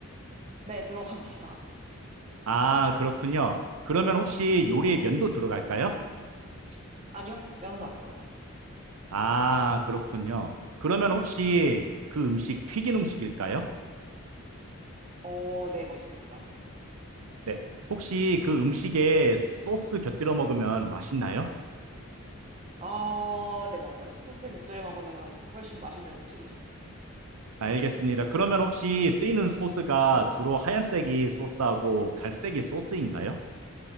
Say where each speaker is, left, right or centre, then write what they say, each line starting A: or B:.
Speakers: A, on the right (about 30°); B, on the right (about 85°).
A: 네, 들어갑니다.
B: 아, 그렇군요. 그러면 혹시 요리에 면도 들어갈까요?
A: <laughs> 아니요, 면은 안 들어가요.
B: 아, 그렇군요. 그러면 혹시 그 음식 튀긴 음식일까요?
A: 어, 네, 맞습니다.
B: 네. 혹시 그 음식에 소스 곁들여 먹으면 맛있나요?
A: 어, 네, 맞아요. 소스 곁들여 먹으면 훨씬 맛있는 음식이죠.
B: 아, 알겠습니다. 그러면 혹시 쓰이는 소스가 주로 하얀색이 소스하고 갈색이 소스인가요?